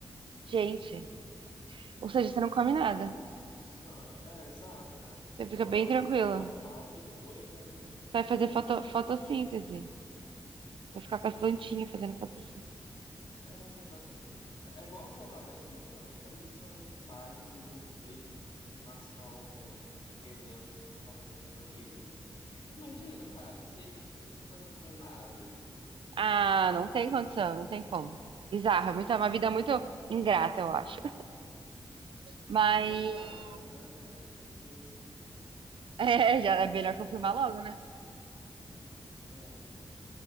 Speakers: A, on the right (about 75°); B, on the left (about 75°).
A: Gente, ou seja, você não come nada.
B: Nossa senhora. É, exato, né?
A: Você
B: Só
A: fica bem tranquilo.
B: vai fazer igual vaca e boi, né?
A: Você vai
B: Pô,
A: fazer foto- fotossíntese.
B: tá doido.
A: Vai ficar com as plantinhas fazendo fotossíntese.
B: é, exatamente, cara. É igual agora. Eu Literalmente acabei de receber uma mensagem do buffet por confirmação de presença no casamento de uma amiga. Imagina, cara, você ir e não poder comer nada. Tipo, nossa,
A: Ah, ah,
B: tá
A: não
B: doido.
A: tem condição, não tem como. Bizarro, é muito,
B: Pois
A: é uma vida
B: é.
A: muito ingrata, eu acho. Mas.
B: É, exato, eu já, já confirmei aqui.
A: <laughs> É, já é melhor confirmar logo, né?
B: né?